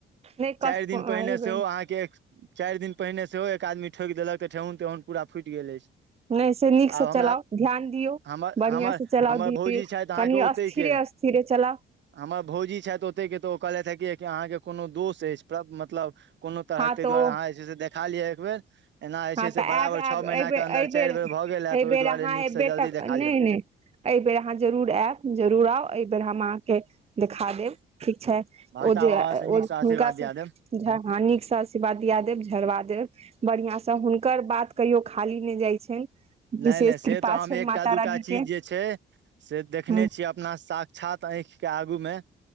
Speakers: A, on the right (about 30°); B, on the right (about 65°).
A: नहि कष्ट
B: चारि दिन
A: एहि
B: पहिनेे
A: बेर
B: सेहो अहाँके चारि दिन पहिने सेहो एक आदमी ठोकि देलक तऽ ठेहुन तेहुन पूरा फूटि गेल अछि
A: नहि से नीकसँ
B: आब हमरा
A: चलाउ ध्यान दियौ
B: हमर
A: बढ़िआं
B: हमर
A: से चलाउ
B: हमर
A: दीद
B: भौजी छथि अहाँके
A: कनि
B: ओतहि
A: स्थिरे
B: के
A: थिरे चला
B: हमर भौजी छथि ओतेके तऽ ओ कहलथि हे कि अहाँके कोनो दोष अछि मतलब कोनो तरहक
A: हँ
B: ताहि
A: तऽ
B: दुआरे
A: ओ
B: अहाँ जे छै से देखा लियअ एकबेर एना जे
A: हँ
B: छै से
A: तऽ आयब
B: बराबर
A: आयब
B: छओ महीनाके
A: एहिबेर
B: अन्दर
A: एहिबेर
B: चारि बेर भऽ गेल हए
A: एहिबेर
B: तऽ ओहि दुआरे
A: अहाँ
B: नीकसँ
A: एबै
B: जल्दी
A: तऽ
B: देखा
A: नहि
B: लियौ
A: नहि एहिबेर अहाँ जरूर आयब जरूर आउ एहि बेेर हम अहाँके देखा देब ठीक छै
B: भगता
A: ओ जे
B: बाबा
A: ओ
B: से नीकसँ आशीर्वाद
A: हुनका
B: दिया
A: से
B: देब
A: हा नीक से आशीर्वाद दिया देब झड़बा देब बढ़ियां से तऽ हुनकर बात कहियो खाली नहि जाइ छनि
B: नहि
A: विशेष
B: नहि से
A: कृपा
B: तऽ हम
A: छनि
B: एकटा
A: माता
B: दूटा
A: रानी
B: चीज
A: के
B: जे छै से देखने
A: हँ
B: छीयै अपना साक्षात आँखि के आगू मे